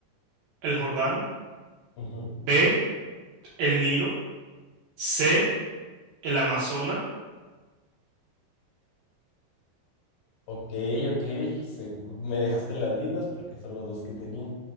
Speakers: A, on the right (about 80°); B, on the left (about 75°).
A: el Jordán,
B: Ujú.
A: B, el Nilo, C, el Amazonas.
B: Ok, ok, segu- me dejaste en las mismas porque son los dos que tenía,